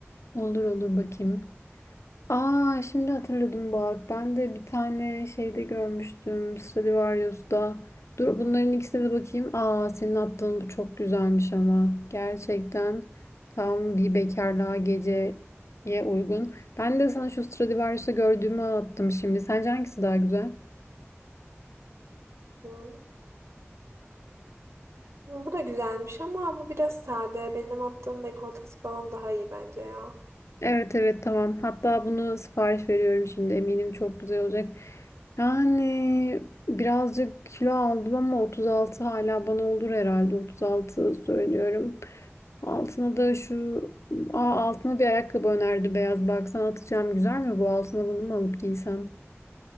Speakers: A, on the left (about 80°); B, on the right (about 75°).
A: Olur olur bakayım. Aa şimdi hatırladım bak. Ben de bir tane şeyde görmüştüm. Stradivarius'ta. Dur bunların ikisine de bakayım. Aa senin attığın bu çok güzelmiş ama. Gerçekten tam bir bekarlığa geceye uygun. Ben de sana şu Stradivarius'ta gördüğümü attım şimdi. Sence hangisi daha güzel?
B: mı? Bu da güzelmiş ama bu biraz sade. Benim attığım dekoltesi falan daha iyi bence ya.
A: Evet evet tamam. Hatta bunu sipariş veriyorum şimdi. Eminim çok güzel olacak. Yani birazcık kilo aldım ama 36 hala bana olur herhalde. 36 söylüyorum. Altına da şu Aa, altına bir ayakkabı önerdi beyaz. Baksana atacağım güzel mi bu altına bunu mu alıp giysem?